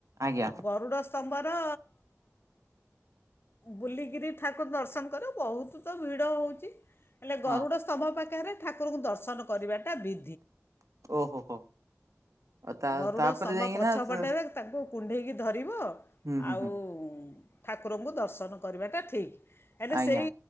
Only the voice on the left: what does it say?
ଗରୁଡ଼ ସ୍ତମ୍ଭର ବୁଲିକିରି ଠାକୁର ଦର୍ଶନ କରେ ବହୁତ ତ ଭିଡ଼ ହଉଛି। ହେଲେ ଗରୁଡ
ସ୍ତମ୍ଭ ପାଖରେ ଠାକୁରଙ୍କୁ ଦର୍ଶନ କରିବାଟା ବି
ଗରୁଡ଼
ସ୍ତମ୍ଭ
ପଛ
ପଟେରେ ତାଙ୍କୁ କୁଣ୍ଢେଇକି ଧରିବ
ଆଉ
ଠାକୁରଙ୍କୁ ଦର୍ଶନ କରିବାଟା ଠିକ୍ ହେଲେ
ସେଇ